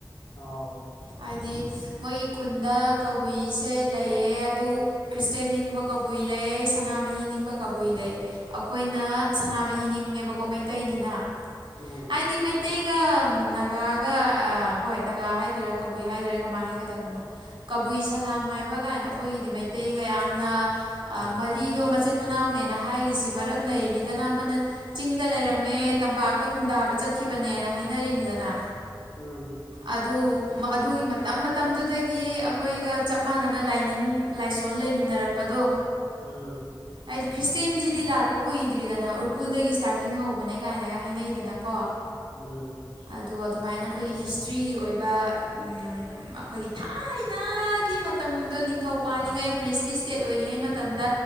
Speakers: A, on the left; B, on the right.
A: ꯑꯥꯎ
B: ꯍꯥꯏꯗꯤ ꯃꯣꯏꯒꯤ ꯈꯨꯟꯗ ꯀꯕꯨꯏꯁꯦ ꯂꯩꯌꯦ ꯑꯗꯨ ꯈ꯭ꯔꯤꯁꯇꯦꯟ ꯅꯤꯡꯕ ꯀꯕꯨꯏ ꯂꯩ ꯁꯅꯥꯃꯍꯤ ꯅꯤꯡꯕ ꯀꯕꯨꯏ ꯂꯩ ꯑꯩꯈꯣꯏꯅ ꯁꯅꯥꯃꯍꯤ ꯅꯤꯡꯉꯦꯕꯀꯣ ꯃꯩꯇꯩꯅꯤꯅ
A: ꯎꯝ
B: ꯑꯩꯗꯤ ꯃꯩꯇꯩꯒ ꯅꯥꯒꯥꯒ ꯍꯣꯏ ꯅꯥꯒꯥ ꯍꯥꯏꯗꯣꯏꯣꯔꯥ ꯀꯕꯨꯏ ꯍꯥꯏꯗꯣꯏꯔꯥ ꯀꯃꯥꯏ ꯍꯥꯏꯒ ꯇꯕꯅꯣ ꯀꯕꯨꯏ ꯁꯂꯥꯡ ꯃꯥꯏꯕ ꯀꯥꯏꯅ ꯑꯩꯈꯣꯏꯒꯤꯗꯤ ꯃꯩꯇꯩꯒ ꯌꯥꯝꯅ ꯑꯥ ꯃꯔꯤꯗꯣ ꯃꯆꯤꯟ ꯃꯅꯥꯎꯅꯦꯅ ꯍꯥꯏꯔꯤꯁꯦ ꯃꯔꯝ ꯂꯩꯔꯤꯅꯤꯗꯥꯅ ꯑꯃꯥꯅ ꯆꯤꯡꯗ ꯂꯩꯔꯝꯃꯦ ꯇꯝꯄꯥꯛꯇ ꯈꯨꯟꯗꯥꯕ ꯆꯠꯈꯤꯕꯅꯦꯅ ꯍꯥꯏꯅꯔꯤꯅꯤꯗꯅ
A: ꯎꯝ
B: ꯑꯗꯨ ꯑꯗꯨꯒꯤ ꯃꯇꯝ ꯃꯇꯝꯗꯨꯗꯒꯤ ꯑꯩꯈꯣꯏꯒ ꯆꯞ ꯃꯥꯟꯅꯅ ꯂꯥꯏꯅꯤꯡ ꯂꯥꯏꯁꯣꯟ ꯂꯩꯃꯤꯟꯅꯔꯛꯄꯗꯣ
A: ꯎꯝ
B: ꯍꯥꯏꯗꯤ ꯈ꯭ꯔꯤꯁꯇꯦꯟꯖꯤꯗꯤ ꯂꯥꯛꯄ ꯀꯨꯏꯗ꯭ꯔꯤꯗꯥꯅ ꯎꯈ꯭ꯔꯨꯜꯗꯒꯤ ꯁ꯭ꯇꯥꯔꯇꯤꯡ ꯍꯧꯕꯅꯦ ꯀꯥꯏꯅꯒ ꯍꯥꯏꯅꯩꯗꯅ ꯀꯣ
A: ꯎꯝ
B: ꯑꯗꯣ ꯑꯗꯨꯃꯥꯏꯅ ꯑꯩꯈꯣꯏꯒꯤ ꯍꯤꯁꯇ꯭ꯔꯤꯒꯤ ꯑꯣꯏꯕ ꯎꯝ ꯑꯩꯈꯣꯏꯒꯤ ꯊꯥꯏꯅꯒꯤ ꯃꯇꯝꯗꯣ ꯅꯤꯡꯊꯧ ꯄꯥꯜꯂꯤꯉꯩ ꯕ꯭ꯔꯤꯁꯇꯤꯁ ꯏꯁꯇꯦꯠ ꯑꯣꯏꯔꯤꯉꯩ ꯃꯇꯝꯗ